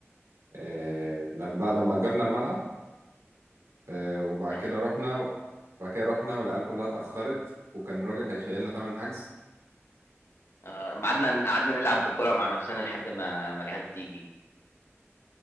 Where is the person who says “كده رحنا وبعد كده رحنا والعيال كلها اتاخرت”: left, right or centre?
Right